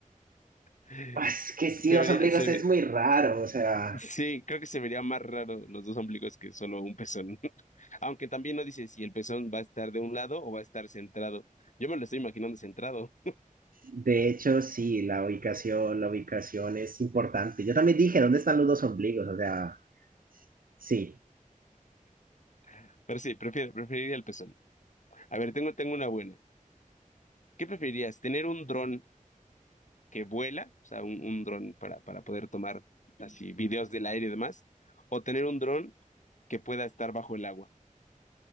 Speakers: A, on the left; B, on the right.
A: <laughs>
B: Ah, Es que sí,
A: Se
B: dos
A: vería,
B: ombligos
A: se,
B: es muy raro, o sea,
A: Sí, creo que se vería más raro los dos ombligos que solo un pezón. <laughs> Aunque también no dice si el pezón va a estar de un lado o va a estar centrado. Yo me lo estoy imaginando centrado,
B: de hecho, sí, la ubicación, la ubicación es importante. Yo también dije, ¿dónde están los dos ombligos? O sea, sí,
A: <laughs> pero sí, prefiero, preferiría el pezón. A ver, tengo, tengo una buena. ¿Qué preferirías? ¿Tener un dron que vuela? O sea, un, un dron para, para poder tomar así videos del aire y demás. ¿O tener un dron que pueda estar bajo el agua?